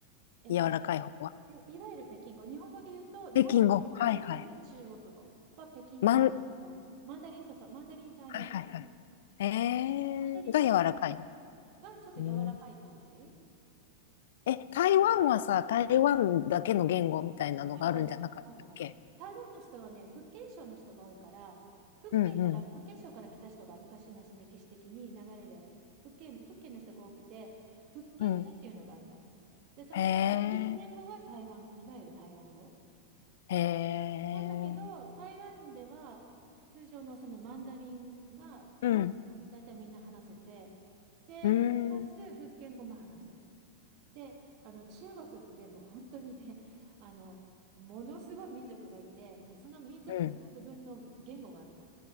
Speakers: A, on the right; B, on the left.
A: えっと、
B: 柔らかい方は。
A: いいわゆる北京語、日本語で言うと、
B: 北京語。
A: 日本語、日本人が言う中国語は北京語なんですけど、
B: はいはい。まん、は
A: マンダリン、そうそう、マンダリンチャイニーズ、
B: いはいはい。えー、
A: マンダリンチャ
B: が柔らかい。
A: がちょっと柔らかい感じ、
B: うん。
A: そそう、
B: え、台湾はさ、台湾だけの言語みたいなのがあるんじゃなかったっけ
A: あるある、あるある。台湾の人はね、福建省の人が多いから、福建から、
B: うん
A: 福建省から来た人が昔の歴史的に流れで、福建、福建の人が多くて、福建語っていうのがあるの。
B: うん。うん。
A: で、その福建語が台湾、
B: へえ、
A: いわゆる台湾語。
B: へえ、
A: なんだけど、台湾では通常のそのマンダリンが
B: うん、
A: だいたいみんな話せて、で、
B: うん、
A: プラス福建語も話す。で、あの中国ってもう本当にね、<laughs> あの、ものすごい民族がいて、もうその民族の数分の言語があるの。
B: うん。